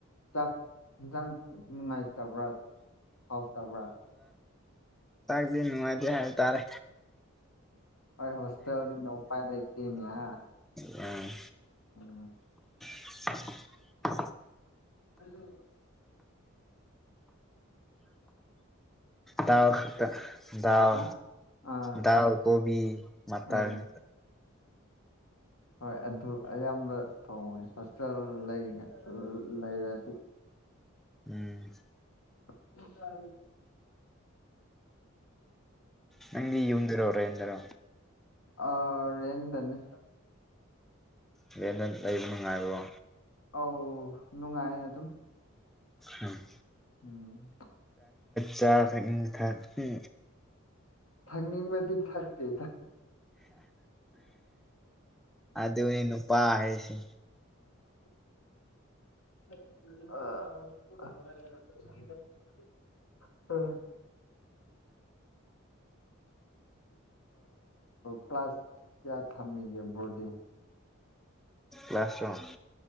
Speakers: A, on the left (about 85°); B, in the centre.
A: ꯆꯥꯛ ꯌꯦꯟꯁꯥꯡ ꯅꯨꯡꯉꯥꯏꯇꯕ꯭ꯔꯥ ꯐꯥꯎꯇꯕ꯭ꯔꯥ
B: ꯅꯅꯨꯡꯉꯥꯏꯗ ꯍꯥꯏ ꯇꯥꯔꯦ
A: ꯍꯣꯏ ꯍꯁꯇꯦꯜꯅꯤꯅ ꯎꯄꯥꯏ ꯂꯩ ꯏꯇꯦꯅꯌꯥ
B: ꯑꯝ
A: ꯎꯝ
B: <inaudible>
A: ꯑꯗꯨ
B: ꯇꯥ ꯗꯎ
A: ꯍꯥ ꯑꯥ
B: ꯗꯗꯥꯎ ꯀꯣꯕꯤ ꯃꯇꯔ
A: ꯑꯥ ꯍꯣꯏ ꯑꯗꯨ ꯑꯌꯥꯝꯕ ꯊꯣꯡꯉꯦ ꯍꯣꯁꯇꯦꯜ ꯂꯩꯔꯤꯉ ꯂꯩꯔꯗꯤ
B: ꯎꯝ
A: ꯁꯨ ꯍꯥꯏ
B: ꯅꯪ ꯌꯗꯔꯣꯔꯦꯦꯟꯟꯗꯔꯥ
A: ꯑꯦꯟꯟ ꯇꯅꯤ
B: ꯑ ꯌꯦꯅ ꯂꯩꯩꯅꯅꯤꯡ ꯉꯥꯏꯣ
A: ꯑꯧ ꯅꯨꯡꯉꯥꯏꯌꯦ ꯑꯗꯨꯝ
B: ꯎꯝ
A: ꯎꯝ
B: ꯆ ꯈ ꯊ
A: ꯊꯪꯅꯤꯡꯕꯗꯤ ꯊꯥꯛꯇꯦꯗ
B: ꯑꯗ ꯎꯅꯤ ꯅꯨꯄꯥ ꯍꯥꯏ ꯁꯤ
A: ꯑꯥ ꯑꯥ ꯀ꯭ꯂ꯭ꯂꯥꯁ ꯀꯌꯥ ꯊꯝꯃꯤꯒꯦ ꯣꯔꯗꯤꯗꯤ
B: ꯄꯁꯝ